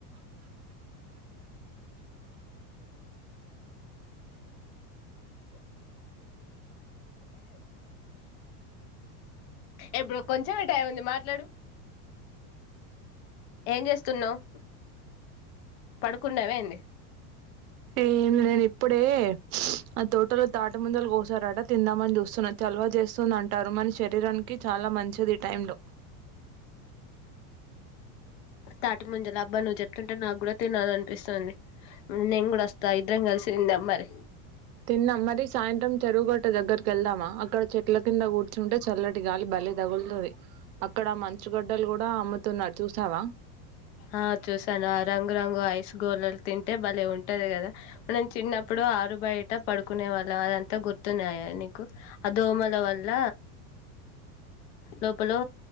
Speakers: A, on the left; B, on the right.
A: ఇప్పుడు కొంచం మే టైం ఉంది మాట్లాడు ఎమ్ చేస్తున్నావు పడుకున్నావ ఏంది
B: ఏం లేదు ఇప్పుడే ఆ తోటలు తాటి ముంజాలు కోసారట తిందాం అని చూస్తున్నా చలవా చేస్తుంది అంటా అది మన శరీరానికి చాలా మంచిది ఈ టై లో
A: తాటి ముజాల అబ్బా నువ్వు చెపుతుంటే నాకు కూడా తినాలి అనిపిస్తుంది నేను కూడా వస్తా ఇద్దరం కలిసి తిందాం మరి
B: తిందాం మరి సాయంత్రం చెరువుగట్ట దగ్గర వెళ్దామా అక్కడ చెట్ల కింద కూర్చ కూర్చుంటే చల్లటి గాలి బలే తగులుతది అక్కడ ఆ మంచుగడ్డలు కూడా అమ్ముతున్నారు చూసావా
A: ఆ చూసాను ఆ రంగు రంగు ఐస్ గోలాలు తింటే భలే ఉంటది కదా మనం చిన్నప్పుడు ఆరు బయట పడుకునే వాళ్ళం అదంతా గుర్తున్నది కదా ఆ దోమల వల్ల లోపలో